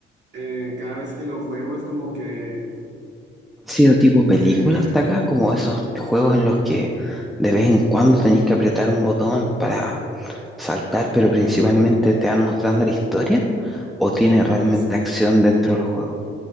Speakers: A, on the right; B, in the centre.
A: Eh, cada vez que lo juego es como que
B: ¿Ha sido tipo película
A: eh,
B: hasta acá? Como esos juegos en los que de vez en cuando tenéis que apretar un botón para saltar, pero principalmente te van mostrando la historia o tiene realmente
A: es
B: acción dentro del juego.